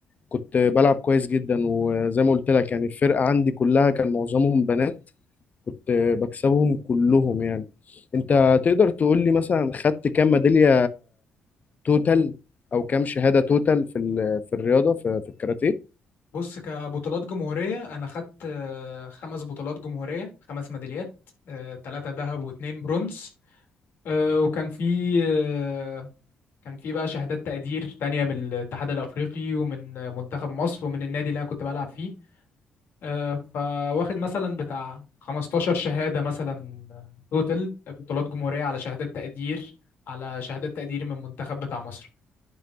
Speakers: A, on the left; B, on the left.
A: كنت بلعب كويس جدا وزي ما قلت لك يعني الفرقة عندي كلها كان معظمهم بنات كنت بكسبهم كلهم يعني أنت تقدر تقول لي مثلا خدت كام ميدالية توتال أو كام شهادة توتال في ال- في الرياضة في في الكاراتيه
B: بص كبطولات جمهورية أنا خدت آه، خمس بطولات جمهورية خمس ميداليات ثلاثة ذهب واتنين برونز آه، وكان في آه، كان في بقى شهادات تقدير تانية من الاتحاد الأفريقي ومن آه، منتخب مصر ومن النادي اللي أنا كنت بلعب فيه آه، فواخد مثلا بتاع 15 شهادة مثلا توتال بطولات جمهورية على شهادات تقدير على شهادات تقدير من منتخب بتاع مصر